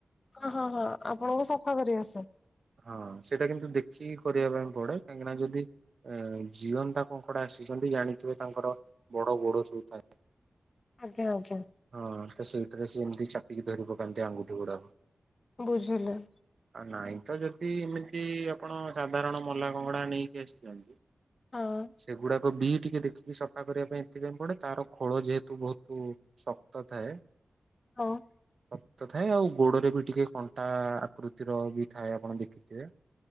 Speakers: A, on the left; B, on the right.
A: ହଁ ହଁ ହଁ ଆପଣଙ୍କୁ ସଫା କରି ଆସେ?
B: ହଁ ସେଇଟା କିନ୍ତୁ ଦେଖିକି କରିବା ପାଇଁ ପଡେ କାହିଁକି ନା ଯଦି ଏ ଜିଅନ୍ତା କଙ୍କଡା ଆସିଛନ୍ତି ଜାଣିଥିବେ ତାଙ୍କର ବଡ ଗୋଡ ସବୁଥାଏ।
A: ଆଜ୍ଞା ଆଜ୍ଞା।
B: ହଁ ତ ସେଇଥିରେ ସେ ଏମିତି ଚାପିକି ଧରି ପକାନ୍ତି ଆଙ୍ଗୁଠି ଗୁଡାକ।
A: ବୁଝିଲେ।
B: ଆ ନାଇଁ ତ ଯଦି ଏମିତି ଆପଣ ସାଧାରଣ ମଲା କଙ୍କଡା ନେଇକି ଆସିଛନ୍ତି।
A: ହଁ।
B: ସେଗୁଡ଼ାକ ବି ଟିକେ ଦେଖିକି ସଫା କରିବା ପାଇଁ ଏଥିପାଇଁ ପଡ଼େ ତାର ଖୋଳ ଯେହେତୁ ବହୁତ ଶକ୍ତ ଥାଏ <inaudible>
A: ହୋଉ।
B: ଶକ୍ତ ଥାଏ ଆଉ ଗୋଡରେ ବି ଟିକେ କଣ୍ଟା ଆକୃତିର ବି ଥାଏ ଆପଣ ଦେଖିଥିବେ।